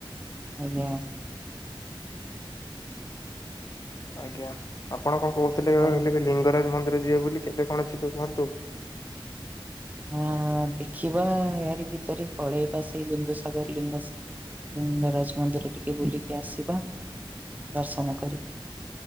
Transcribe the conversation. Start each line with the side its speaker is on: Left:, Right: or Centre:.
Right: ଆଜ୍ଞା।
Left: ଆଜ୍ଞା ଆପଣ ଙ୍କ କହୁଥିଲେ କାଳେ
Right: ଆଉ
Left: ବେ ଲି ଲିଙ୍ଗରାଜ ମନ୍ଦିର ଯିବେ ବୋଲି କେବେ କଣ ଯିବେ କୁହନ୍ତୁ।
Right: ହଁ ଦେଖିବା ୟାରି ଭିତରେ ପଳେଇବା ସେ ବିନ୍ଦୁ ସାଗର ଲିଙ୍ଗସ୍ ଲିଙ୍ଗରାଜ ମନ୍ଦିର ଟିକେ ବୁଲିକି ଆସିବା ଦର୍ଶନ କରି